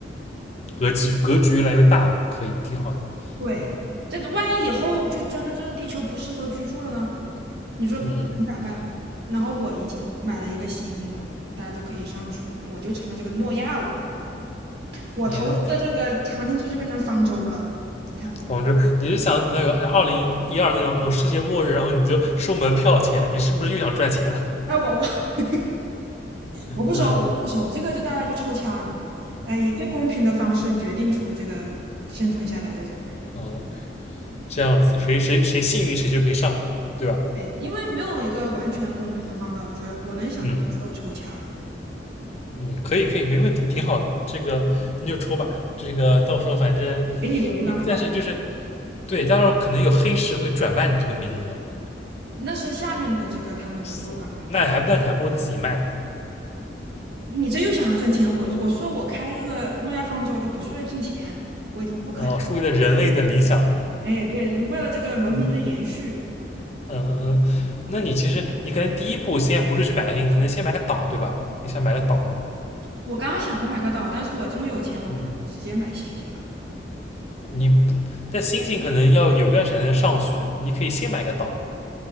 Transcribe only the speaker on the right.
对，
这万一以后就真的这个地球不适合居住了呢？你说你咋办？
然后我已经买了一个新星了，大家都可以上去，那我就成了这个诺亚了。我投资的这个航天柱就变成方舟了。
你看，
哎，我我 <laughs> 我不收，
我不收，这个就大家就抽签儿，哎，以最公平的方式决定出这个生存下来的人，
哎，因为没有一个完全公平的方法，我觉得我能想到只有抽签儿了，
给你留一张票吧，
那是下面的这个他们的做法没有关
系你这又想要挣钱，我我说我开这个诺亚方舟，它不是为了挣钱，我已经不可，
哎，对，人为了这个文明的延续，
我刚刚想过买个岛，但是我这么有钱，我可能直接买星星吧，